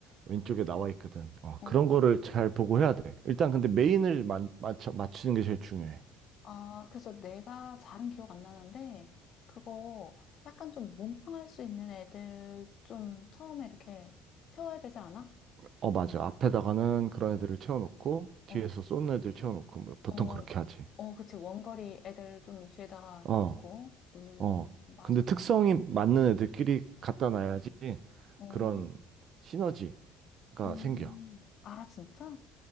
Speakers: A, on the right; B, on the left.
A: 왼쪽에 나와 있거든. 어,
B: 어.
A: 그런
B: 어.
A: 거를 잘 보고 해야 돼. 일단 근데 메인을 마, 맞춰, 맞추는 게 제일 중요해.
B: 아, 그래서 내가 잘은 기억 안 나는데, 그거 약간 좀 몸빵할 수 있는 애들 좀 처음에 이렇게 세워야 되지 않아?
A: 어, 맞아. 앞에다가는 그런 애들을 채워놓고, 뒤에서
B: 어,
A: 쏘는 애들 채워놓고, 뭐 보통
B: 어,
A: 그렇게 하지.
B: 어, 그치. 원거리 애들 좀 뒤에다가
A: 어,
B: 놓고. 음,
A: 어.
B: 맞아,
A: 근데 특성이
B: 맞아.
A: 맞는 애들끼리 갖다 놔야지
B: 어,
A: 그런 시너지가
B: 음,
A: 생겨.
B: 아, 진짜?